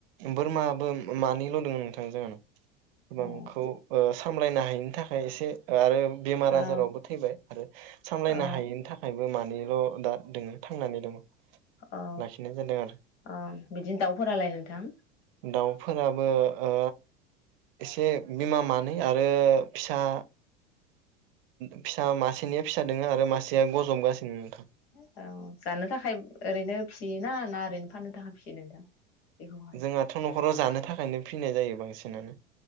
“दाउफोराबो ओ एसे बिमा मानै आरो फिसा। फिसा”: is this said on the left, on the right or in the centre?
Right